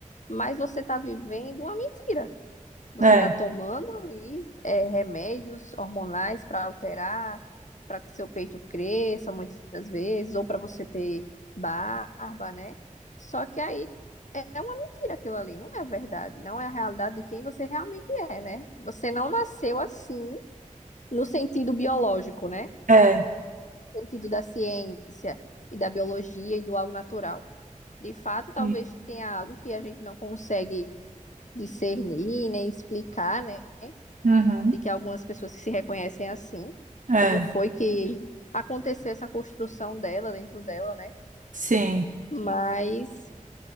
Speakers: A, on the left; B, on the right.
A: mas você está vivendo uma mentira. Você
B: é,
A: está tomando aí é, remédios hormonais para alterar, para que seu peito cresça muitas vezes, ou para você ter barba, né? Só que aí é é uma mentira aquilo ali, não é verdade, não é a realidade de quem você realmente é, né? Você não nasceu assim no sentido biológico, né?
B: é.
A: No sentido da ciência e da biologia e do algo natural. De fato, talvez
B: sim.
A: tenha algo que a gente não consegue discernir, nem explicar, né?
B: Uhum,
A: de que algumas pessoas que se reconhecem assim,
B: é,
A: como foi que aconteceu essa construção dela dentro dela, né?
B: sim.
A: Mas,